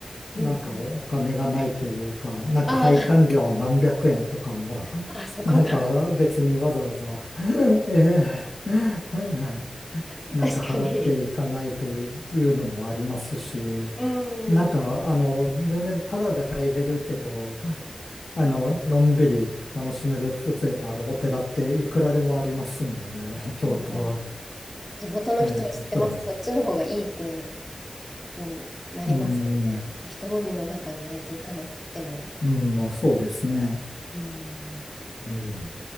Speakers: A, on the left (about 75°); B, on the left (about 20°).
A: なんかお金がないというか、
B: うんうん
A: なんか配管料何百円とかも、
B: あ
A: <laughs>
B: あ、<laughs> あそこが。
A: なんか別にわざわざ、<laughs> ええはい
B: <laughs>
A: なんか払っていかないという、
B: 確かに。
A: いうのもありますし、
B: うん。
A: なんか、あの、全然タダで入れるけど、あの、のんびり楽しめる風情のあるお寺っていくらでもありますんでね、<laughs> 京都は。
B: そうか。地元の人は知ってます。
A: ええそう
B: そっちの方がいいって、うん、なりますよね。
A: うん、
B: 人混みの中にあえて行かなくっても。
A: うん、まあそうですね。
B: うん。
A: うん